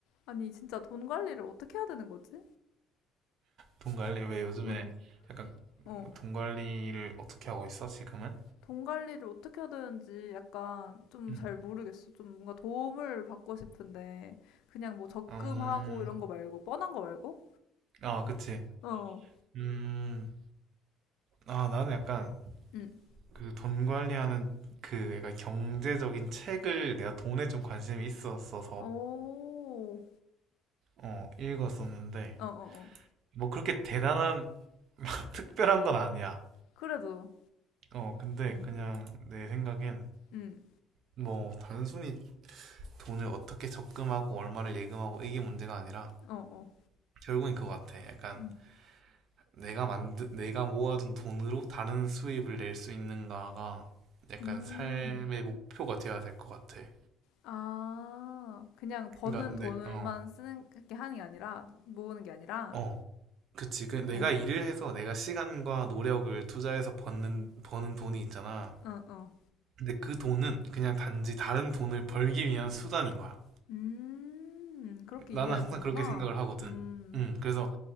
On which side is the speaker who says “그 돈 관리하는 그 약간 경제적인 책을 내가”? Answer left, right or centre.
Right